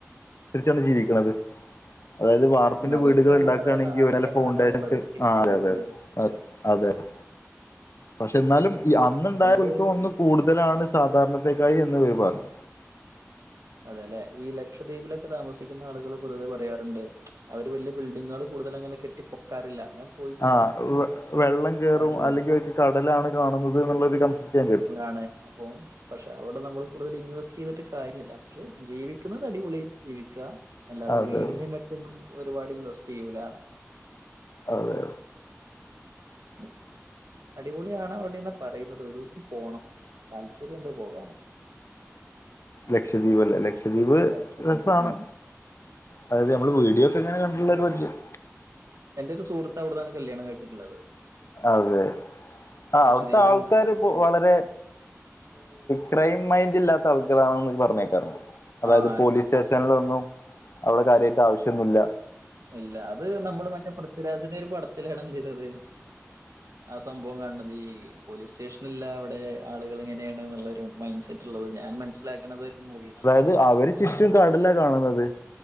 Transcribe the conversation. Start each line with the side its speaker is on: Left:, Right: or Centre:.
Left: തിരിച്ചാണ് ജീവിക്കണുന്നത് അതായത് വാർപ്പിന്റെ
Right: ഉം. അവർക്കറിയാം
Left: വീടുകൾ ഉണ്ടാക്കുകയാണെങ്കിൽ
Right: അവരുടെ നാട് എങ്ങനെയാണെന്നുള്ളത്
Left: ഫൗണ്ടേഷ്
Right: തിരിച്ചറിവുണ്ട്
Left: ആഹ് അതെ അതെതെ അഹ് അതെതെ പക്ഷെ എന്നാലും അന്നുണ്ടായ
Right: പണ്ട്
Left: കുൽക്കം ഇന്ന് കൂടുതലാണ് സാധാരണക്കായി എന്ന് ഇവര് പറഞ്ഞു
Right: അതെ അല്ലെ ഈ ലക്ഷദ്വീപിലൊക്കെ താമസിക്കുന്ന ആളുകളും പൊതുവെ പറയാറുണ്ട് അവര് വലിയ ബിൽഡിങ്ങുകൾ കൂടുതൽ അങ്ങനെ കെട്ടിപ്പൊക്കാറില്ല പോയിട്ടില്ല
Left: ആ വെള്ളം
Right: പൊക്കാറില്ല
Left: കേയറും അല്ലെങ്കിൽ അവക്ക് കടലാണ് കാണുന്നത് എന്നൊക്കെ ഒരു കോൺസെപ്റ്റ് ഞാൻ കേട്ടു
Right: ആണ് അഹ് പക്ഷെ അവിടെ നമ്മള് കൂടുതൽ ഇൻവെസ്റ്റ് ചെയ്തിട്ട് കാര്യമില്ല പക്ഷെ ജീവിക്കുന്നത് അടിപൊളി ജീവിക്കുക അല്ലാതെ
Left: അതെ
Right: വീടുംമേ
Left: അതെ
Right: മറ്റേ ന്നും ഒരുപാട് ഇൻവെസ്റ്റേയ്യൂല
Left: അതെ
Right: <unintelligible> അടിപൊളിയാണ് അവിടെന്നാ പറയുന്നത് ഒരുസം പോണം താല്പര്യംണ്ട് പോകാന്
Left: ലക്ഷദ്വീപല്ലേ ലക്ഷ് ലക്ഷദ്വീപ്
Right: ലക്ഷദ്വീപ്
Left: രസാണ്
Right: ഉം.
Left: അതായത് നമ്മള് വീഡിയോക്കെ ഇങ്ങനെ കണ്ടുള്ളൊരു പരിചയം
Right: എന്റൊരു സുഹത്ത് അവിടുന്നാണ് കല്യാണം കഴിച്ചിട്ടുള്ളത്
Left: അതെ ആഹ്
Right: ലക്ഷദ്വീപ്
Left: അവിടുത്തെ ആൾക്കാര് ഇപ്പോ വളരെ ക്രൈം മൈന്റ് ഇല്ലാത്ത ആൾക്കാരാണെന്ന് പറഞേൾകാറുണ്ട് അതായത്
Right: ആ അതെ
Left: പോലീസ് സ്റ്റേഷനിലൊന്നും അവിടെ കാര്യായിട്ട് ആവശ്യൊന്നുംല്ല
Right: ഇല്ല അത് നമ്മള് മറ്റേ പൃഥ്വിരാജിന്റെ ഒരു പടത്തിലാണ് എന്തെയ്തത് ആ സംഭവം കണ്ടത് ഈ പോലീസ് സ്റ്റേഷനില്ല അവിടെ ആളുകള് എങ്ങനെയാണ്ന്നുള്ളൊരു മൈൻഡ് സെറ്റുള്ളത് ഞാൻ മനസ്സിലാക്കണത് ഒരു മൂവിന്നാണ്
Left: അത് അവര് ചുറ്റും കടലാ കാണുന്നത്